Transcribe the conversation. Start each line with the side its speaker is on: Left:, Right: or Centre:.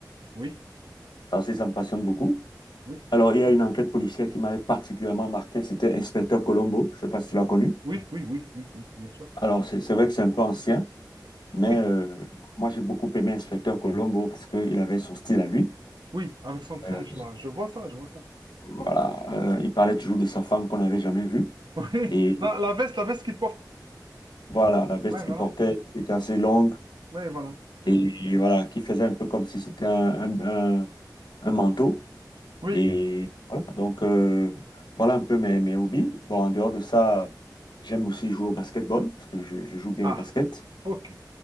Right: oui,
Left: Ça aussi, ça me passionne beaucoup.
Right: oui,
Left: Alors, il y a une enquête policière qui m'avait particulièrement marqué, c'était Inspecteur Colombo, je ne sais pas si tu l'as connu.
Right: oui, oui, oui, oui, oui, bien sûr.
Left: Alors, c'est c'est vrai que c'est un peu ancien, mais
Right: Oui,
Left: euh, moi j'ai beaucoup aimé Inspecteur Colombo parce qu'il avait son style à lui.
Right: oui, avec son trench
Left: Euh,
Right: là, je vois ça, je vois ça. <laughs>
Left: voilà, euh, il parlait toujours de sa femme qu'on n'avait jamais vue.
Right: Oui,
Left: Et
Right: la, la veste, la veste qu'il porte.
Left: voilà, la veste
Right: Oui, voilà,
Left: qu'il portait qui était assez longue
Right: oui, voilà.
Left: et, voilà, qui faisait un peu comme si c'était un, un- un- un manteau.
Right: Oui.
Left: Et voilà, donc euh, voilà un peu mes, mes hobbies. Bon, en dehors de ça, j'aime aussi jouer au basketball parce que je je joue bien
Right: Ah,
Left: au basket.
Right: ok.